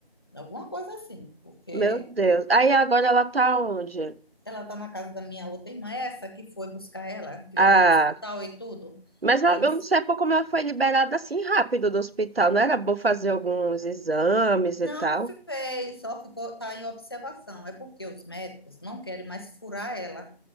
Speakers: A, on the left; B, on the right.
A: alguma coisa assim, porque
B: Meu Deus. Aí agora ela tá onde?
A: ela está na casa da minha outra irmã, essa que foi buscar ela, que
B: Ah,
A: levou no hospital e tudo.
B: mas ela-
A: Ela disse,
B: eu não sei por como ela foi liberada assim rápido do hospital. Não era bom fazer alguns exames
A: não
B: e tal?
A: fez, só ficou, tá em observação. É porque os médicos não querem mais furar ela